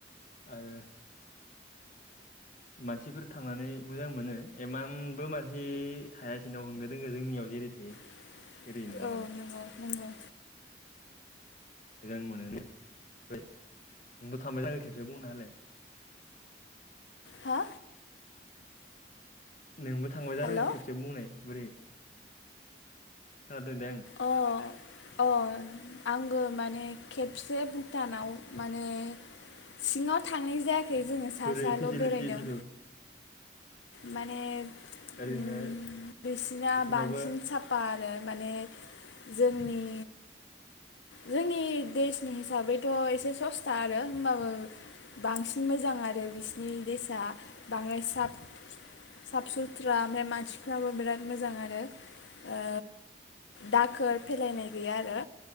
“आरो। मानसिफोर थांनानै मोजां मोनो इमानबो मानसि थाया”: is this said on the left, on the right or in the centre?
Left